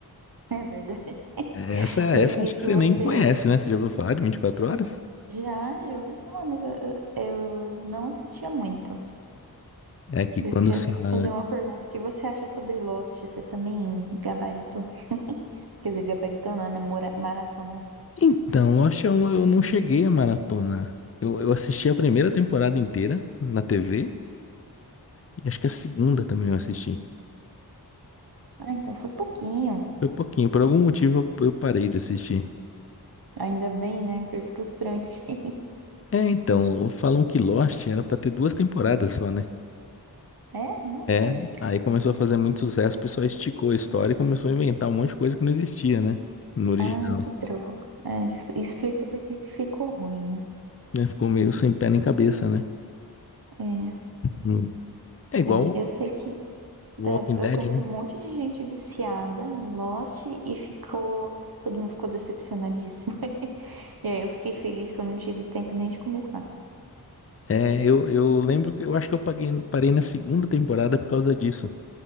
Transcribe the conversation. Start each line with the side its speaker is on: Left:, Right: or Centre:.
Right: é verdade.
Left: Essa, essa
Right: E,
Left: acho
Right: e o
Left: que
Right: que
Left: você
Right: você
Left: nem conhece, né? Você já ouviu falar de 24 Horas?
Right: já, já ouvi falar, mas eu, eu não assistia muito.
Left: É que
Right: Eu
Left: quando
Right: quero
Left: sai...
Right: fazer uma pergunta. O que você acha sobre Lost? Você também gabaritou? Quer dizer, gabaritou não, né? mora- Maratonou.
Left: Então, eu acho que eu, não- eu não cheguei a maratona. Eu, eu assisti a primeira temporada inteira na TV e acho que a segunda também eu assisti.
Right: Ah, então foi pouquinho.
Left: Foi pouquinho, por algum motivo eu eu parei de assistir.
Right: Ainda bem, né? Porque é frustrante. <laughs>
Left: É, então, falam que Lost era pra ter duas temporadas só, né?
Right: É, não sei.
Left: É, aí começou a fazer muito sucesso, o pessoal esticou a história e começou a inventar um monte de coisa que não existia, né? No original.
Right: Ah, que droga. É, es- explica por que que ficou ruim, né?
Left: Né, Ficou meio sem pé nem cabeça, né?
Right: É,
Left: Hum. É igual
Right: é, eu sei que
Left: o
Right: É,
Left: Walking Dead,
Right: Eu conheci
Left: né?
Right: um monte de gente viciada em Lost e ficou. Todo mundo ficou decepcionadíssimo. <laughs> E aí eu fiquei feliz que eu não tive tempo nem de começar.
Left: É, eu, eu lembro que eu acho que eu paguei, parei na segunda temporada por causa disso.